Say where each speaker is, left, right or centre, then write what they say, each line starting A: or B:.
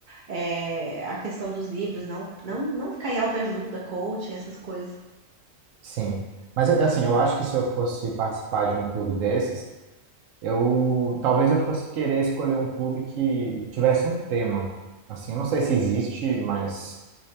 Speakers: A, on the right; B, on the right.
A: é, a questão dos livros, não, não, não ficar em autoajuda, coaching, essas coisas.
B: Sim. Mas assim, eu acho que se eu fosse participar de um clube desses, eu talvez eu fosse querer escolher um clube que tivesse um tema. Assim, eu não sei se existe, mas